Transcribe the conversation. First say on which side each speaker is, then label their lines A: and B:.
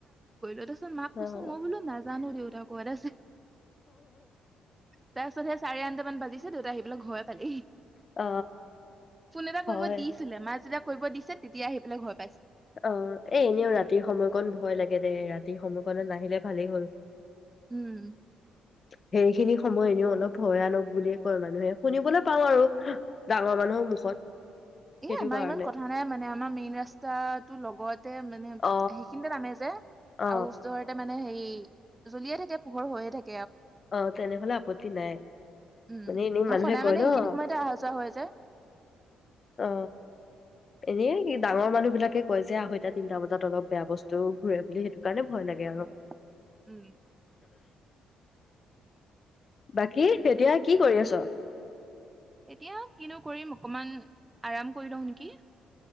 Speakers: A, on the right; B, on the left.
A: ত মাক
B: অ
A: কৈছোঁ মই বুলো নাজানোঁ জানো দেউতা কত আছে তাৰপিছত সে চাৰে আঠটা মান বাজিছে দেউতা আহি পেলাই ঘৰে পালেহি
B: অ অ
A: ফোন এটা
B: হয়
A: কৰিব দিছিলে মা যেতিয়া কৰিব দিছে তেতিয়া আহি বেলে ঘৰত
B: অ এ এনেও ৰাতিৰ সময়কণ ভয় লাগে দে ৰাতিৰ সময় কনত নাহিলে ভালেই হ'ল
A: উম
B: সেইখিনি সময় এনেও অলপ ভয়ানক বুলিয়ে কয় মানুহে শুনিবলৈ পাওঁ আৰু ডাঙৰ মানুহৰ মুখত সেইটো
A: এ আমাৰ
B: কাৰণে
A: ইমান কথা নাই মানে আমাৰ মেইন ৰাস্তাটো লগতে মানে
B: অ
A: সেইখিনিতে নামে যে
B: অ
A: আৰু ওচৰতে মানে হেৰি জ্বলিয়ে থাকে পোহৰ হৈয়ে থাকে
B: অ তেনেহলে আপত্তি নাই
A: উম
B: মানে এনেই মানুহে
A: সদায়
B: কয়
A: মানে
B: ন
A: সেইখিনি সময়তে অহা যোৱা হয় যে
B: অ এনেই এই ডাঙৰ মানুহ বিলাকে কয় যে আঢ়ৈ টা তিনটা বজাত অলপ বেয়া বস্তু ঘূৰে বুলি সেইটো কাৰণে ভয় লাগে আৰু
A: উম। উম
B: বাকী এতিয়া কি কৰি আছ
A: এতিয়া কিনো কৰিম অকনমান আৰাম কৰি লওঁ নেকি